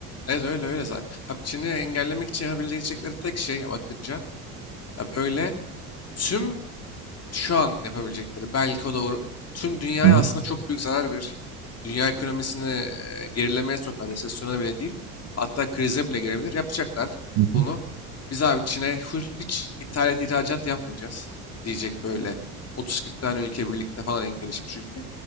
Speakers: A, on the left; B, on the right.
A: Evet öyle öyle zaten. Ha, Çin'i engellemek için yapabilecekleri tek şey bakınca ya böyle tüm şu an yapabilecekleri belki o da uğra- tüm dünyaya
B: Hı hı.
A: aslında çok büyük zarar verir. Dünya ekonomisini e, gerilemeye sokar, resesyona bile değil. Hatta krize bile girebilir. Yapacaklar
B: Hı hı.
A: bunu. Biz abi Çin'e full hiç ithalat ihracat yapmayacağız diyecek böyle 30-40 tane ülke birlikte falan en gelişmiş ülke.